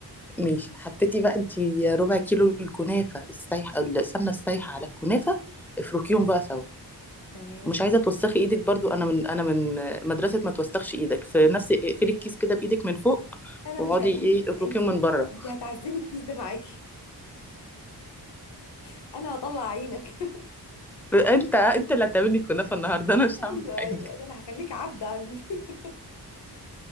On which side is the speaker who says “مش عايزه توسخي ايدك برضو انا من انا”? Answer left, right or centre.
Centre